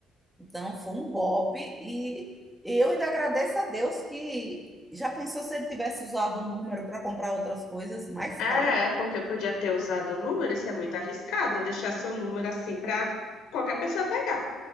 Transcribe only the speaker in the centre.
Então foi um golpe e eu ainda agradeço a Deus que já pensou se ele tivesse usado o número para comprar outras coisas mais
caras?